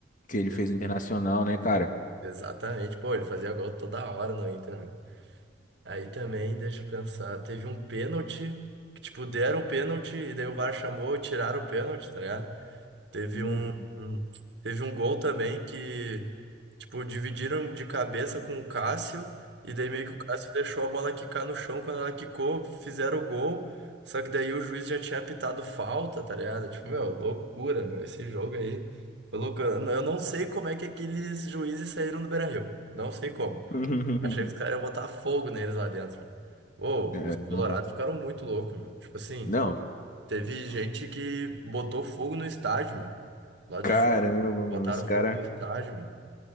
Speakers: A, on the left (about 45°); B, on the right (about 65°).
A: que ele
B: Ex-
A: fez no Internacional, né, cara?
B: exatamente. Pô, ele fazia gol toda hora no Inter, né? Aí também, deixa eu pensar. Teve um pênalti. Que, tipo, deram o pênalti. E daí o VAR chamou, tiraram o pênalti, tá ligado? Teve
A: Uhum.
B: um, um- teve um gol também que, tipo, dividiram de cabeça com o Cássio, e daí meio que o Cássio deixou a bola quicar no chão, quando ela quicou, fizeram o gol, só que daí o juiz já tinha apitado falta, tá ligado? Tipo, meu, loucura, meu, esse jogo aí foi loucura. Eu não eu não sei como é que aqueles juízes saíram do Beira-Rio, não sei como.
A: <laughs>
B: Achei que os caras iam botar fogo neles lá dentro. Pô,
A: Caramba.
B: os colorados ficaram muito loucos, meu. Tipo assim...
A: Não,
B: Teve gente que botou fogo no estádio, meu. Lá de
A: caramba, mano,
B: botaram
A: os cara,
B: fogo no estádio, meu.